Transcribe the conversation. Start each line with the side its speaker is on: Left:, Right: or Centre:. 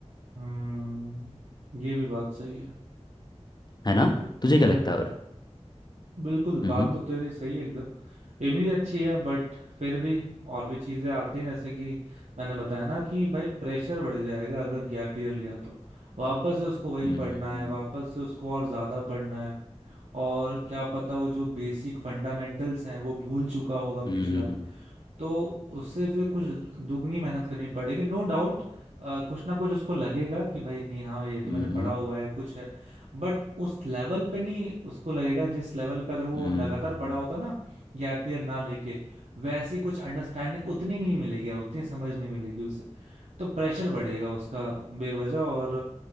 Right: हम्म ये भी बात सही है
Left: है ना
Right: बिल्कुल
Left: तुझे क्या
Right: बिल्कुल
Left: लगता है और
Right: बिल्कुल
Left: हम्म
Right: बात तो तेरी सही है एकदम ये भी अच्छी है बट फिर भी और भी चीजें आती हैं जैसे कि मैंने बताया ना कि भाई प्रेशर बढ़ जाएगा अगर गैप ईयर लिया तो वापस से उसको वही
Left: हम्म
Right: पढ़ना है वापस से उसको और ज्यादा पढ़ना है और क्या पता वो जो बेसिक फंडामेंटल्स हैं वो भूल चुका होगा
Left: हम्म
Right: पिछला
Left: हम्म
Right: तो उससे फिर कुछ दुगनी मेहनत करनी पड़ेगी नो डाउट कुछ ना कुछ उसको लगेगा कि भाई नहीं हाँ ये तो
Left: हम्म,
Right: मैंने पढ़ा हुआ है कुछ है बट उस लेवल पे नहीं उसको लगेगा जिस लेवल पे अगर वो
Left: हम्म,
Right: लगातार पढ़ा
Left: हम्म।
Right: होता ना गैप ईयर ना लेके वैसी कुछ अंडरस्टैंडिंग उतनी नहीं मिलेगी उतनी समझ नहीं मिलेगी उसे तो प्रेशर बढ़ेगा उसका बेवजह और